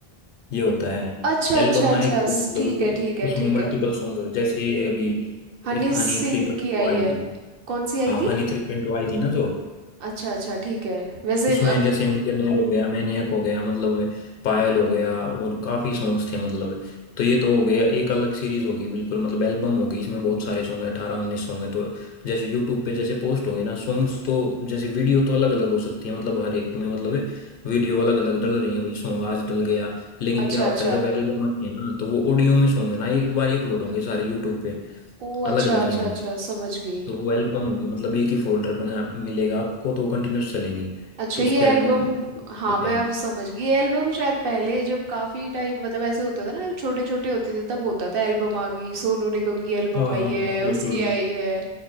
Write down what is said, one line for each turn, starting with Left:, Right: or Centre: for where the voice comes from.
Left: ये होता है
Right: अच्छा
Left: एल्बम
Right: अच्छा अच्छा
Left: आए एकदम,
Right: स-
Left: मतलब
Right: ठीक है ठीक है
Left: उसमें
Right: ठीक
Left: मल्टीपल
Right: है
Left: सॉन्ग जैसे अभी
Right: हनी
Left: इस हनी
Right: सिंह
Left: थ्री पॉइंट
Right: की
Left: टू
Right: आई
Left: आई
Right: है
Left: थी
Right: कौन सी आई
Left: हाँ
Right: थी
Left: हनी थ्री पॉइंट टू आई थी ना जो
Right: अच्छा अच्छा ठीक है वैसे
Left: उसमें जैसे मिलियनेयर हो गया मैनियक हो गया मतलब पायल हो गया और काफी सॉन्ग्स थे मतलब तो ये तो हो गया एक अलग सीरीज होगी बिल्कुल मतलब एल्बम होगी इसमें बहुत सारे सॉन्ग है अठारह उन्नीस सॉन्ग है तो जैसे यूट्यूब पे जैसे पोस्ट होगी ना सॉन्ग्स तो जैसे वीडियो तो अलग अलग हो सकती है मतलब हर एक में मतलब वीडियो अलग अलग डल रही है भाई सॉन्ग आज डल गया लेकिन
Right: अच्छा
Left: क्या होता
Right: अच्छा
Left: है जब एल्बम आती है ना तो वो ऑडियो में सॉन्ग है ना एक बार ही अपलोड होंगे सारे यूट्यूब पे
Right: ओ
Left: अलग
Right: अच्छा
Left: अलग
Right: अच्छा
Left: नहीं होंगे
Right: अच्छा समझ गई
Left: तो वो एल्बम होगी मतलब एक ही फोल्डर बना मिलेगा आपको तो वो कंटिन्यूस चलेंगी
Right: अच्छा
Left: तो
Right: ये
Left: उसको एल्बम
Right: एल्बम
Left: देते
Right: हाँ मैं
Left: हैं
Right: अब समझ गई ये एल्बम शायद पहले जब काफी टाइम मतलब ऐसे होता था ना छोटे छोटे होते थे तब होता था एल्बम आ गई सोनू निगम की एल्बम
Left: हाँ
Right: आई
Left: हाँ
Right: है
Left: बिल्कुल
Right: उसकी आई है